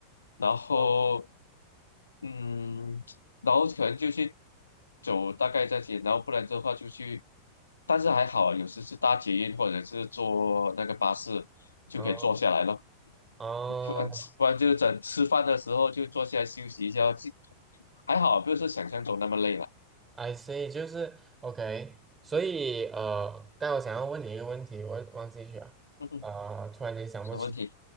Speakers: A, on the left; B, on the right.
A: 然后，
B: 哦
A: 嗯，然后可能就去走大概这些，然后不然的话就去，但是还好，有时是搭捷运或者是坐那个巴士就可以坐下来了，
B: 哦哦
A: 不然不然就是整吃饭的时候就坐下来休息一下，就还好，不是想象中那么累了。
B: ，I see，就是 OK。所以呃，但我想要问你一个问题，我忘记去了，
A: <laughs>
B: 呃，突然间想不起，
A: 什么问题？